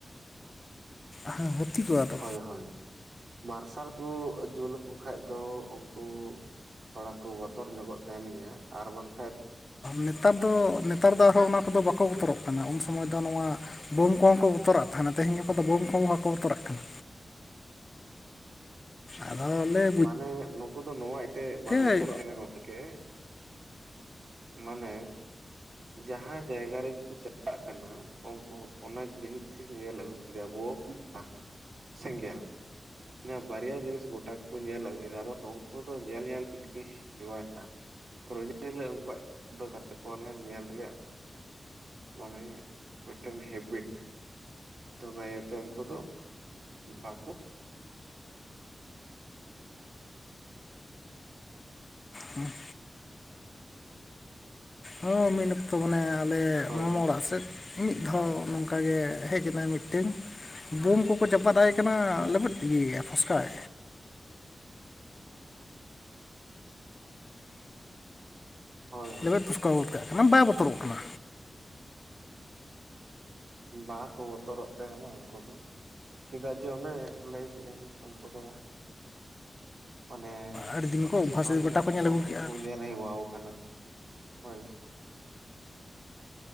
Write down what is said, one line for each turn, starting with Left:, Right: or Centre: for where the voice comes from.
Left: ᱦᱟᱹ-ᱦᱟᱹᱛᱤ ᱠᱚ ᱟᱫᱚ
Right: ᱦᱳᱭ-ᱦᱳᱭ ᱢᱟᱨᱥᱟᱞ ᱠᱚ ᱡᱩᱞ ᱟᱠᱚ ᱠᱷᱟᱱ ᱫᱚ ᱩᱱᱠᱩ ᱛᱷᱚᱲᱟ ᱠᱚ ᱵᱚᱛᱚᱨ ᱧᱚᱜᱚᱜ ᱛᱟᱦᱮᱱ ᱜᱮᱭᱟ ᱟᱨ ᱵᱟᱝ
Left: ᱱᱮᱛᱟᱨ ᱫᱚ-ᱱᱮᱛᱟᱨ ᱫᱚ ᱟᱨᱦᱚᱸ ᱚᱱᱟ ᱠᱚᱫᱚ ᱵᱟᱠᱚ ᱵᱚᱛᱚᱨᱚᱜ ᱠᱟᱱᱟ ᱩᱱ ᱥᱚᱢᱚᱭ ᱫᱚ ᱱᱚᱣᱟ ᱵᱳᱢ ᱠᱚᱦᱚᱸ ᱠᱚ ᱵᱚᱛᱚᱨᱟᱜ ᱛᱟᱦᱮᱱᱟ ᱛᱮᱦᱧ ᱜᱟᱯᱟ ᱫᱚ ᱵᱳᱢ ᱠᱚᱦᱚᱸ ᱵᱟᱠᱚ ᱵᱚᱛᱚᱨᱟᱜ ᱠᱟᱱᱟ ᱟᱫᱚ ᱟᱞᱮ
Right: ᱢᱟᱱᱮ ᱱᱩᱠᱩ ᱫᱚ ᱱᱚᱣᱟ ᱛᱮ ᱵᱟᱠᱚ
Left: ᱦᱮᱸ
Right: ᱵᱚᱛᱚᱨᱚᱜ ᱮᱱᱟ ᱜᱚᱢᱠᱮ ᱢᱟᱱᱮ ᱡᱟᱦᱟᱸ ᱡᱟᱭᱜᱟ ᱨᱮᱜᱮ ᱠᱚ ᱪᱟᱞᱟᱜ ᱪᱟᱞᱟᱜ ᱠᱟᱱᱟ ᱩᱱᱠᱩ ᱚᱱᱟ ᱡᱤᱱᱤᱥ ᱜᱮᱠᱚ ᱧᱮᱞ ᱟᱹᱜᱩ ᱠᱮᱫᱟ ᱵᱳᱢ ᱟᱨ ᱥᱮᱸᱜᱮᱞ ᱤᱱᱟ ᱵᱟᱨᱭᱟ ᱡᱤᱱᱤᱥ ᱜᱳᱴᱟ ᱧᱮᱞ ᱟᱹᱜᱩᱭ ᱫᱟ ᱟᱫᱚ ᱩᱱᱠᱩ ᱫᱚ ᱧᱮᱞ- ᱧᱮᱞ ᱛᱮᱠᱚ ᱦᱮᱣᱭᱟᱭ ᱱᱟ ᱨᱚᱡᱮ ᱦᱤᱞᱚᱜ ᱩᱱᱠᱩᱣᱟᱜ ᱫᱚᱠᱚ ᱚᱱᱟ ᱧᱮᱞ ᱨᱮᱭᱟᱜ ᱢᱟᱱᱮ ᱢᱮᱴᱟᱝ ᱦᱮᱵᱤᱴ ᱛᱚᱵᱮ ᱩᱱᱠᱩ ᱫᱚ ᱵᱟᱠᱚ
Left: ᱦᱮᱸ ᱦᱚᱸᱢᱤᱫ ᱚᱠᱛᱚ ᱢᱟᱱᱮ ᱟᱞᱮ
Right: ᱦᱳᱭ
Left: ᱢᱟᱢᱚ
Right: ᱜᱚᱝᱠᱮ
Left: ᱚᱲᱟᱜ ᱥᱮᱫ ᱢᱤᱫ ᱫᱷᱟᱣ ᱱᱚᱝᱠᱟ ᱜᱮ ᱦᱮᱡ ᱮᱱᱟᱭ ᱢᱤᱫᱴᱮᱱ ᱵᱳᱢ ᱠᱚᱠᱚ ᱪᱟᱯᱟᱫ ᱟᱭ ᱠᱟᱱᱟ
Right: ᱦᱮᱸ
Left: ᱞᱮᱵᱮᱫ ᱤᱭᱟᱹ ᱯᱚᱥᱠᱟᱭ
Right: ᱦᱳᱭ ᱦᱳᱭ
Left: ᱞᱮᱵᱮᱫ ᱯᱷᱚᱥᱠᱟ ᱜᱚᱫ ᱠᱟᱱᱟ ᱵᱟᱭ ᱵᱚᱛᱚᱨᱚᱜ ᱠᱟᱱᱟ᱾
Right: ᱵᱟᱠᱚ ᱵᱚᱛᱚᱨᱚᱜ ᱛᱟᱦᱮᱱᱟ ᱩᱱᱠᱩ ᱫᱚ ᱪᱮᱫᱟᱜ ᱡᱮ ᱚᱱᱮ ᱞᱟᱹᱭ ᱠᱮᱫᱟᱹᱧ ᱩᱱᱠᱩ ᱫᱚ ᱚᱱᱮ
Left: ᱟᱹᱰᱤ ᱫᱤᱱ
Right: ᱚᱱᱟ
Left: ᱠᱚ ᱚᱵᱵᱷᱟᱥ
Right: ᱥᱟᱱᱟᱢ
Left: ᱜᱚᱴᱟ ᱠᱚ ᱧᱮᱞ
Right: ᱩᱱᱠᱩ
Left: ᱟᱹᱜᱩ ᱠᱮᱜᱼᱟ
Right: ᱠᱚ ᱧᱮᱞ ᱦᱮᱣᱟᱣ ᱠᱟᱱᱟ ᱦᱳᱭ